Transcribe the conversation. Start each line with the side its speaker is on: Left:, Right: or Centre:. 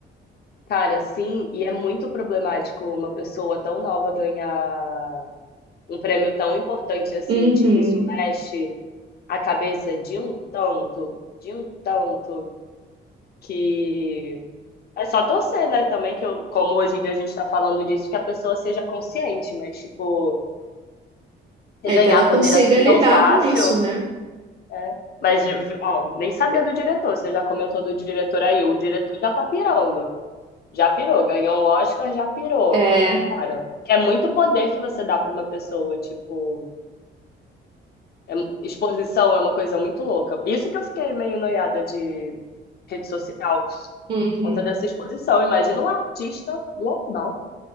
Left: cara, sim, e é muito problemático uma pessoa tão nova ganhar um prêmio tão importante assim,
Right: Uhum.
Left: tipo, isso mexe a cabeça de um tanto, de um tanto, que é só torcer, né, também, que eu, como hoje em dia a gente tá falando disso, que a pessoa seja consciente, mas, tipo, você
Right: É
Left: ganhar
Right: que ela consiga
Left: poder assim
Right: lidar
Left: tão fácil,
Right: com isso, né?
Left: É. Mas, ó, nem sabia do diretor. Você já comentou do diretor aí. O diretor já tá pirando. Já pirou. Ganhou o Oscar, já pirou.
Right: É.
Left: Cara, que é muito poder que você dá pra uma pessoa. Tipo, é- exposição é uma coisa muito louca. Isso que eu fiquei meio noiada de rede social, por
Right: Uhum.
Left: conta dessa exposição. Imagina um artista global.